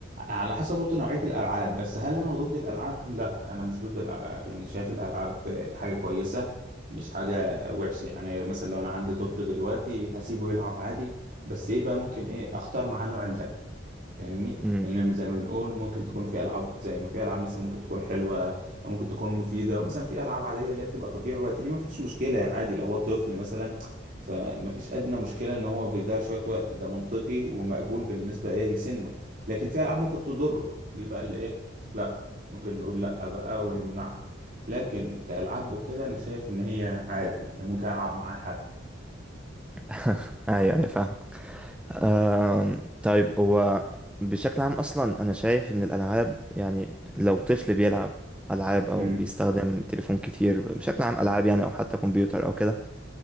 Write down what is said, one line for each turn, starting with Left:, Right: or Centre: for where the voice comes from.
Right: على حسب برضه نوعية الألعاب بس هل أنا ضد الألعاب؟ لا أنا مش ضد الألعاب يعني شايف الألعاب آه، حاجة كويسة مش حاجة وحشة يعني مثلا لو أنا عندي طفل دلوقتي هسيبه يلعب عادي بس إيه بقى ممكن إيه أختار معاه نوع اللعب فاهمني
Centre: مم.
Right: لان زي ما بنقول ممكن تكون في العاب زي ما في العاب مثلا ممكن تكون حلوه او ممكن تكون مفيده ومثلا في العاب عاديه اللي هي بتبقى تضييع وقت دي ما فيهاش مشكله يعني عادي لو هو طفل مثلا فما فيش ادنى مشكله ان هو بيضيع شويه وقت ده منطقي ومقبول بالنسبه ايه لسنه لكن في العاب ممكن تضره دي بقى اللي ايه لا ممكن نقول لا بقى ونمنعها لكن كالعاب وكده انا شايف ان هي عادي يعني ممكن العب معاه حد
Centre: <laughs> أيوه أيوه فاهم أم، طيب هو بشكل عام أصلا أنا شايف إن الألعاب يعني لو طفل بيلعب ألعاب أو
Right: امم
Centre: بيستخدم تليفون كتير بشكل عام ألعاب يعني أو حتى كمبيوتر أو كده